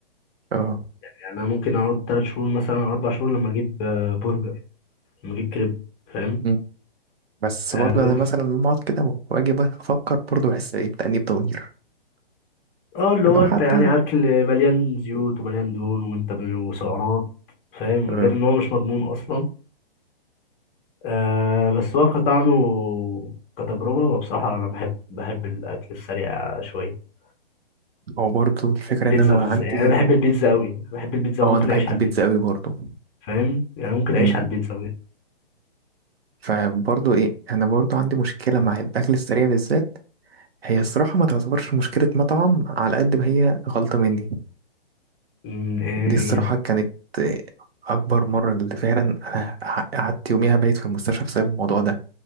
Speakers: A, on the right (about 80°); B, on the left (about 20°).
A: اه
B: يعني انا ممكن اقعد ثلاث شهور مثلا او اربع شهور لما اجيب آه، برجر لما اجيب كريب فاهم
A: مم. بس
B: آه
A: برضو
B: بس
A: أنا مثلا بقعد كده وأجي أفكر برضو بحس إيه بتأنيب ضمير
B: اه اللي هو
A: لو حتى
B: انت يعني اكل مليان زيوت ومليان دهون وانت ب- وسعرات فاهم
A: آه،
B: غير ان هو مش مضمون اصلا آه بس هو كطعم وكتجربة وبصراحة انا بحب بحب الاكل السريع شوية
A: هو برضو الفكرة إن
B: بيتزا
A: أنا مم.
B: بالذات
A: عندي
B: يعني انا بحب البيتزا قوي بحب البيتزا
A: اه
B: وممكن
A: انا بحب
B: اعيش على
A: البيتزا
B: البيتزا
A: قوي برضو
B: فاهم يعني ممكن
A: مم.
B: اعيش على البيتزا بجد
A: فبرضو ايه انا برضو عندي مشكلة مع الاكل السريع بالذات هي الصراحة ما تعتبرش مشكلة مطعم على قد ما هي غلطة مني
B: أمم، ايه
A: دي الصراحة
B: إيه-
A: كانت آه، اكبر مرة اللي فعلا انا قعدت يوميها بايت في المستشفى بسبب الموضوع ده